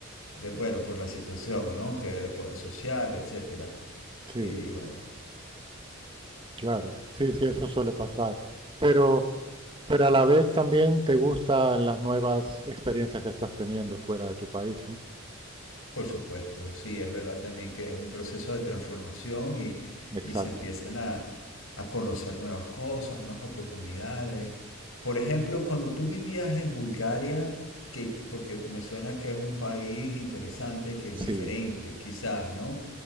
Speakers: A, on the left; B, on the right.
A: de, bueno, por la situación, ¿no? Que, pues, social, etcétera.
B: Sí,
A: Y bueno,
B: claro. Sí, sí, eso suele pasar. Pero, pero a la vez también te gustan las nuevas experiencias que estás teniendo fuera de tu país, ¿no?
A: Por supuesto, sí, es verdad también que es un proceso de transformación y,
B: Exacto.
A: y se empiezan a, a conocer nuevas cosas, nuevas oportunidades. Por ejemplo, cuando tú vivías en Bulgaria, que, porque me suena que es un país interesante, que es
B: Sí,
A: diferente, quizás, ¿no?